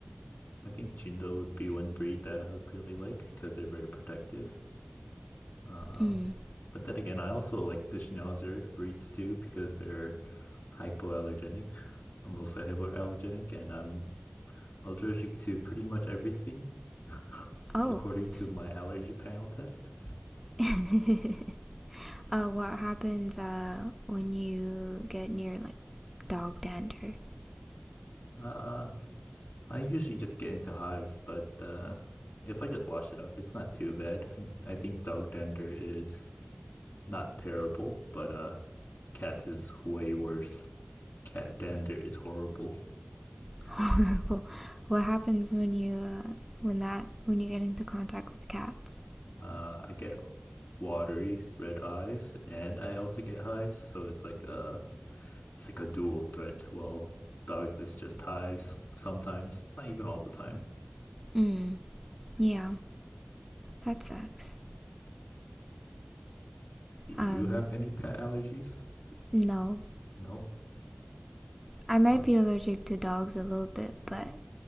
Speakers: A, on the left (about 65°); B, in the centre.
A: I think Chindo would be one breed that I would really like because they're very protective. Um,
B: Mm.
A: but then again, I also like the Schnauzer breeds too because they're hypoallergenic or mostly hypoallergenic, and I'm allergic to pretty much everything <laughs>
B: Oh,
A: according to
B: you see.
A: my allergy panel test.
B: <laughs> uh, what happens uh, when you get near like dog dander?
A: Uh, I usually just get into hives, but uh, if I just wash it off, it's not too bad. I think dog dander is not terrible, but uh, cats is way worse. Cat dander is horrible.
B: <laughs> horrible. What happens when you uh, when that when you get into contact with cats?
A: Uh, I get watery red eyes, and I also get hives. So it's like a it's like a dual threat. Well, dogs is just hives sometimes. It's not even all the time.
B: Mm. Yeah, that sucks.
A: Do you
B: Um,
A: have any pet allergies?
B: no,
A: No.
B: I might
A: Ma-
B: be allergic to dogs a little bit, but